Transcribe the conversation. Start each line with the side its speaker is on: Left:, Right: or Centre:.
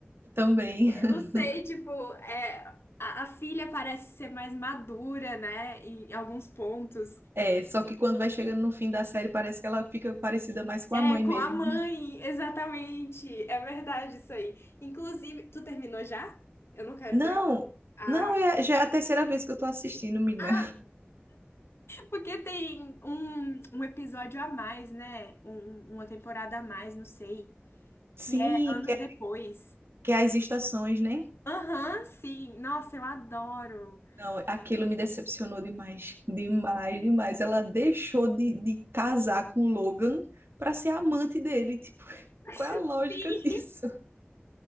Right: também. <laughs>
Left: Não sei, tipo, é, a, a filha parece ser mais madura, né, em alguns pontos.
Right: É, só que quando vai chegando no fim da série, parece que ela fica parecida mais com
Left: É,
Right: a mãe
Left: com
Right: mesmo.
Left: a mãe, exatamente. É verdade isso aí. Inclusive, tu terminou já? Eu não quero
Right: Não,
Left: dar. Ah,
Right: não, é, já é a terceira vez que eu tô assistindo, menina.
Left: ah, porque tem um, um episódio a mais, né? Um- uma temporada a mais, não sei.
Right: Sim,
Left: Que é anos
Right: que é,
Left: depois.
Right: que é as estações, né?
Left: Aham, sim. Nossa, eu adoro.
Right: Não, aquilo me decepcionou demais, demais, demais. Ela deixou de, de casar com o Logan para ser amante dele. Tipo, <laughs>
Left: <laughs>
Right: qual
Left: Sim.
Right: é a lógica disso?